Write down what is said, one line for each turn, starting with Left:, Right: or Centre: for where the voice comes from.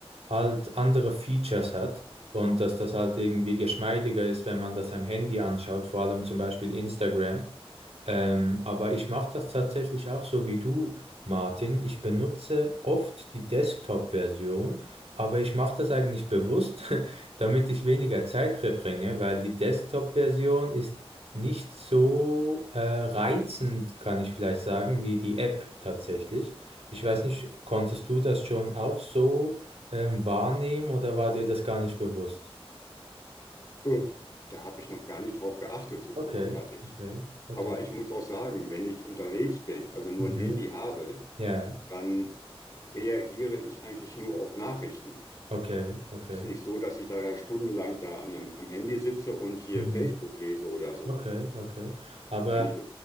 Right: halt andere Features hat und dass das halt irgendwie geschmeidiger ist, wenn man das am Handy anschaut, vor allem zum Beispiel Instagram. Ähm, aber ich mache das tatsächlich auch so wie du, Martin. Ich benutze oft die Desktop-Version, aber ich mache das eigentlich bewusst, <laughs> damit ich weniger Zeit verbringe, weil die Desktop-Version ist nicht so äh, reizend, kann ich vielleicht sagen, wie die App tatsächlich. Ich weiß nicht, konntest du das schon auch so ähm, wahrnehmen oder war dir das gar nicht bewusst?
Left: Ugh, da habe ich noch gar nicht drauf geachtet, so
Right: Okay,
Left: großartig.
Right: okay, okay.
Left: Aber ich muss auch sagen, wenn ich unterwegs bin, also nur
Right: Mhm.
Left: ein Handy habe,
Right: Ja,
Left: dann reagiere ich eigentlich nur auf Nachrichten.
Right: okay, okay.
Left: Ist nicht so, dass ich da dann stundenlang da an, am am Handy sitze und hier
Right: Mhm.
Left: Facebook lese oder so.
Right: Okay, okay. Aber
Left: Wenn ich